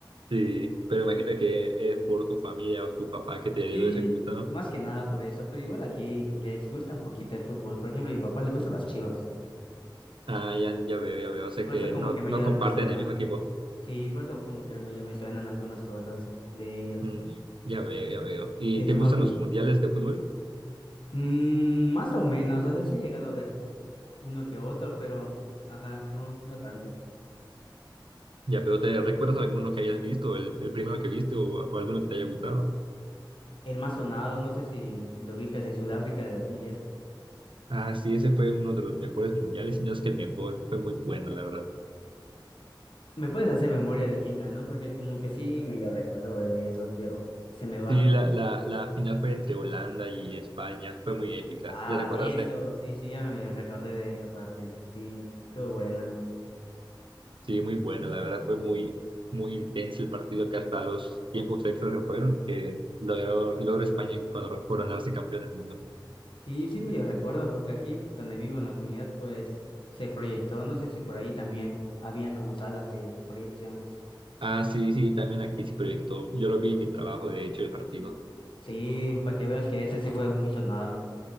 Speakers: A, on the right (about 80°); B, on the left (about 80°).
A: Sí, pero imagino que es por tu familia o tu papá que te heredó
B: Sí,
A: ese gusto, ¿no?
B: más que nada por eso, pero igual aquí les gusta un poquito el fútbol. Por ejemplo, a mi papá le gustan las Chivas.
A: Ah, ya, ya veo, ya veo. O sea
B: Por
A: que
B: eso como
A: no,
B: que medio
A: no comparten
B: me suenan.
A: el mismo equipo.
B: Sí, por eso como que medio me suenan algunas cosas de ellos.
A: Mm, ya veo, ya veo. ¿Y
B: ¿Y en
A: te
B: tu
A: gustan
B: familia?
A: los mundiales de fútbol?
B: Mm, más o menos, o sea, sí he llegado a ver uno que otro, pero, ajá, no, no tanto.
A: Ya veo, ¿te recuerdas alguno que hayas visto, el, el primero que viste o, o alguno que te haya gustado?
B: El más sonado, no sé si lo ubicas de Sudáfrica de dos mil diez
A: Ah, sí, ese fue uno de los mejores mundiales, y no es que el mejor, fue muy bueno, la verdad.
B: ¿Me puedes hacer memoria de quién ganó? Porque como que sí, medio recuerdo de eso, pero se me va.
A: Sí, la, la, la final fue entre Holanda y España, fue muy épica.
B: Ah,
A: ¿Ya recordaste?
B: eso, sí, sí, ya me recordé de esa parte. Sí, estuvo buena.
A: Sí, muy buena, la verdad, fue muy, muy intenso el partido que hasta los tiempos extras se fueron, que logró, logró España coron- coronarse campeón del mundo.
B: Sí, sí, medio recuerdo, porque aquí donde vivo en la comunidad, pues se proyectó, no sé si por ahí también habían como salas de proyecciones.
A: Ah, sí, sí, también aquí sí proyectó. Yo lo vi en mi trabajo, de hecho, el partido.
B: Sí, para que veas que ese sí fue muy sonado.